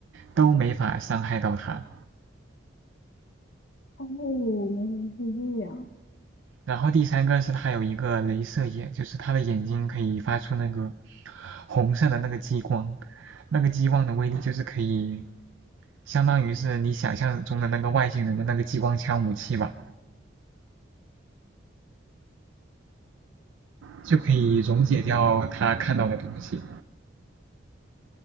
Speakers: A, on the right; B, on the left.
A: 都没法伤害到它。
B: 哦，原来是这样。
A: 然后第三个是它有一个镭射眼，就是它的眼睛可以发出那个红色的那个激光，那个激光的威力就是可以。相当于是你想象中的那个外星人的那个激光枪武器吧，就可以溶解掉他看到的东西。